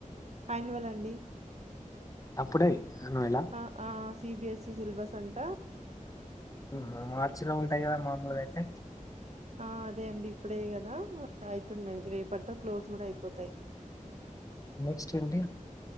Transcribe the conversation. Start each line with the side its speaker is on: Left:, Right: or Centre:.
Right: అనువల్ అండి
Left: అప్పుడే నువ్వెలా
Right: ఆ ఆ C B S E syllabus అండి
Left: హ్మ్ హు మార్చిలో ఉంటాయి కదా మామూలుగా అయితే
Right: ఆ అదే అండి ఇప్పుడే కదా అయితున్నవి రేపటితో క్లోజ్ కూడా అయిపోతాయి
Left: నెక్స్ట్ అండి